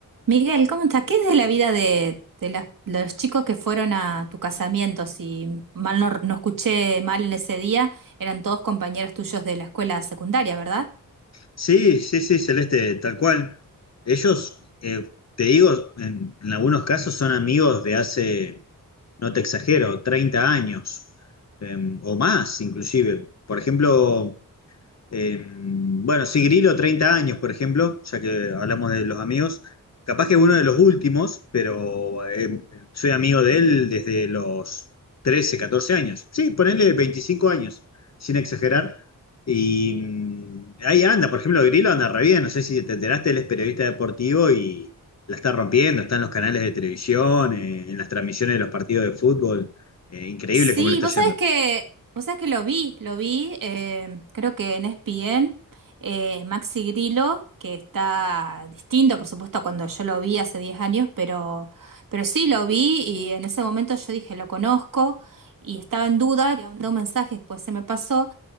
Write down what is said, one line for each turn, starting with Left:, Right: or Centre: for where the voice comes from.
Right: Miguel, ¿cómo estás? ¿Qué es de la vida de, de las- los chicos que fueron a tu casamiento? Si mal no, no escuché mal en ese día, eran todos compañeros tuyos de la escuela secundaria, ¿verdad?
Left: Sí, sí, sí, Celeste, tal cual. Ellos, eh, te digo, en, en algunos casos son amigos de hace, no te exagero, 30 años, eh, o más inclusive. Por ejemplo, eh, bueno, sí, Grillo, 30 años, por ejemplo, ya que hablamos de los amigos. Capaz que uno de los últimos, pero eh, soy amigo de él desde los 13, 14 años. Sí, ponele 25 años, sin exagerar. Y mm, ahí anda, por ejemplo, Grillo anda re bien. No sé si te enteraste, él es periodista deportivo y la está rompiendo. Está en los canales de televisión, eh, en las transmisiones de los partidos de fútbol. Eh, increíble
Right: Sí,
Left: cómo le está
Right: vos
Left: yendo.
Right: sabés que, vos sabés que lo vi, lo vi, eh, creo que en ESPN, eh, Maxi Grillo, que está distinto, por supuesto, a cuando yo lo vi hace 10 años, pero, pero sí lo vi y en ese momento yo dije, lo conozco y estaba en duda, y mandé un mensaje, después se me pasó.